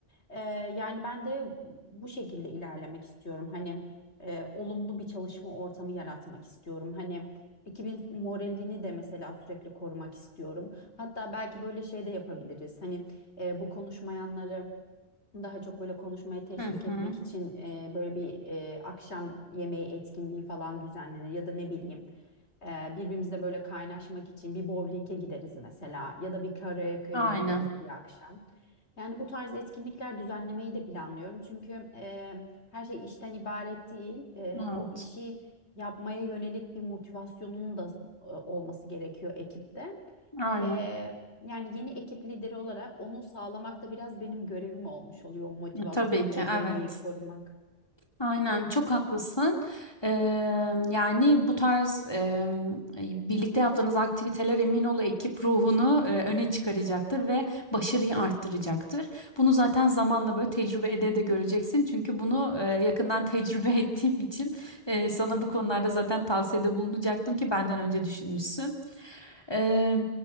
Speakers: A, on the left; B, on the left.
A: Ee, yani ben de bu şekilde ilerlemek istiyorum. Hani e, olumlu bir çalışma ortamı yaratmak istiyorum. Hani ekibin moralini de mesela sürekli korumak istiyorum. Hatta belki böyle şey de yapabiliriz. Hani e, bu konuşmayanları daha çok böyle konuşmaya teşvik
B: Hı hı.
A: etmek için e, böyle bir e, akşam yemeği etkinliği falan düzenlenir ya da ne bileyim ee, birbirimizle böyle kaynaşmak için bir bowling'e gideriz mesela ya da bir karaoke'ye
B: Aynen.
A: gideriz bir akşam. Yani bu tarz etkinlikler düzenlemeyi de planlıyorum. Çünkü e, her şey işten ibaret değil. E,
B: Evet.
A: o işi yapmaya yönelik bir motivasyonun da e, olması gerekiyor ekipte.
B: Aynen.
A: E, yani yeni ekip lideri olarak onu sağlamak da biraz benim görevim olmuş oluyor. O motivasyonu,
B: <laughs> Tabii ki.
A: o
B: Evet.
A: dengeyi korumak.
B: Aynen çok haklısın. Eee, yani bu tarz eee, birlikte yaptığınız aktiviteler emin ol ekip ruhunu eee, öne çıkaracaktır ve başarıyı arttıracaktır. Bunu zaten zamanla böyle tecrübe ede de göreceksin. Çünkü bunu eee, yakından tecrübe <laughs> ettiğim için eee, sana bu konularda zaten tavsiyede bulunacaktım ki benden önce düşünmüşsün. Eee,